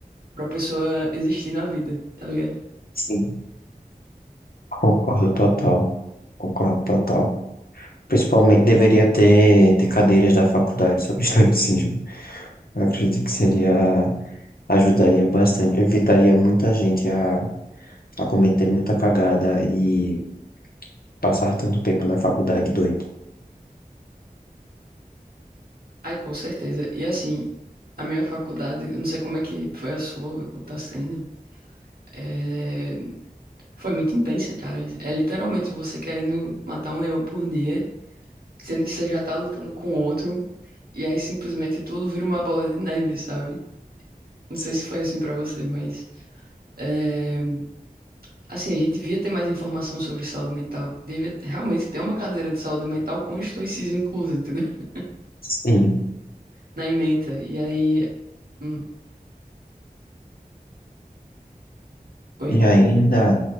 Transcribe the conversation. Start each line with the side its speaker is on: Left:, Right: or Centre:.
Right: para pessoa existir na vida, tá ligado?
Left: Sim, concordo total. Concordo total. Principalmente deveria ter, ter cadeiras da faculdade sobre estoicismo. Eu acredito que seria, ajudaria bastante, evitaria muita gente a, a cometer muita cagada e Passar tanto tempo na faculdade, doido.
Right: Ai, com certeza. E assim, a minha faculdade, eu não sei como é que foi a sua, ou tá sendo, é, foi muito intensa, cara. É literalmente você querendo matar um leão por dia, sendo que você já tá lutando com outro, e aí simplesmente tudo vira uma bola de neve, sabe? Não
Left: Sim.
Right: sei se foi assim pra você, mas é, assim, a gente devia ter mais informação sobre saúde mental. Devia realmente ter uma cadeira de saúde mental com estoicismo incluso, entendeu? <laughs>
Left: Sim.
Right: Na ementa. E aí. hum, oi?
Left: E ainda,